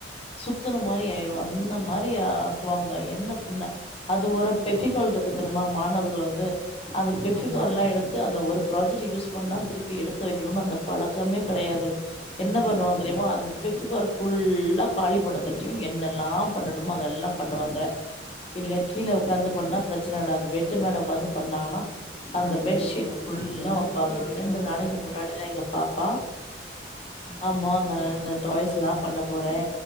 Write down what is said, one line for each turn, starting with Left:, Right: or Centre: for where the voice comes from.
Left: சுத்துன மாரி ஆயிரு ந்த மாரி ஆக்குவாங்க என்ன பண்ண அது ஒரு பெக்கிகால்ருக்கு தெரிமா மாணவர்கள வந்து அந்த பெஃபிகாள்ளா
Centre: ஆமா.
Left: எடுத்து அந்த ஒரு ப்ராஜெக்டுக்கு யூஸ் பண்ணா திருப்பி எடுத்து வக்கணுன்னு அந்த பழக்கமே கெடையாது என்ன
Centre: ம்ஹ்ம்.
Left: பண்ணுவாங்க தெரியுமா அந்த பெஷ் ஃபெவிகால் ஃபுல்லா காலி பண்ணதுட்டியு என்னன் ல்லா பண்ணணுமோ அதெல்லா பண்ணுவாங்க இல்ல கீல உக்காந்து பண்ணா பிரச்சன இல்ல அது பெட்டு மேல உக்‍காந்து பண்ணாங்கனா அந்த
Centre: ஐயோ!
Left: பெட்ஷீட்
Centre: அதே
Left: ஃபுல்லா
Centre: எல்லா
Left: வம்பாகறது
Centre: வீட்லயும் இதே
Left: ரெண்டு
Centre: தான்
Left: நாளைக்கு
Centre: போல.
Left: முன்னாடிதா எங்கப் பாப்பா
Centre: ம்.
Left: ஆமா ந நட் டாய்ஸ்லா பண்ண போறே